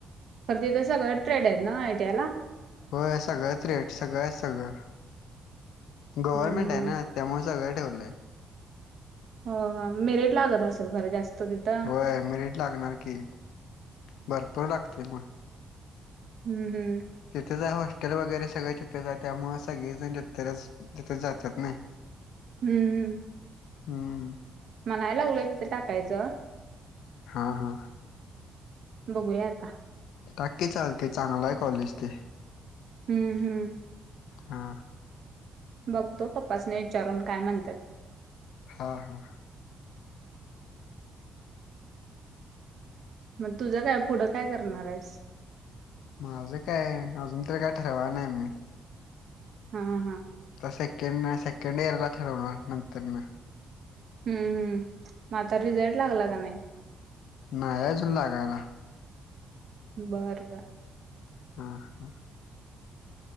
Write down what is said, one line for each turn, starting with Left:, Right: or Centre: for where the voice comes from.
Right: तर तीथ सगळं ट्रेड आहेत ना, आयटीआय ला.
Left: होय सगळं ट्रेड सगळं आहेत सगळं.. गव्हर्नमेंट
Right: हम्म
Left: आहे ना, त्यामुळे सगळं ठेवलंय.
Right: हं हो, मिरेट लागत असेल खर जास्त तिथं
Left: होय, मिरिट लागणार की, भरपूर लागते मिरीट
Right: हम्म, हम्म
Left: तिथेच हाय होष्ट टेल वगैरे सगळे तिथेच आहे. त्यामुळं सगळे जण तिथे जातात नाही.
Right: हम्म, हम्म
Left: हम्म.
Right: म्हणाय लागलोय इथं टाकायचं.
Left: हा, हा.
Right: बघूया आता
Left: टाक की चालतय, चांगलं आय कॉलेज ते
Right: हम्म, हम्म.
Left: हा.
Right: बघतो. पप्पासनी विचारून काय म्हणतात.
Left: हा, हा.
Right: मग तुझं काय? पुढं काय करणार आहेस?
Left: माझं काय? अजून तरी काय ठरवाय नाई मी.
Right: हा हा.
Left: तर सेकंड, सेकंड इयरला ठरवणार,, नंतर नऽऽ
Right: हम्म, हम्म, म आता रिझल्ट लागला का नाही.
Left: नाय अजून लागाय. ला
Right: बर् बर
Left: हम्म, हम्.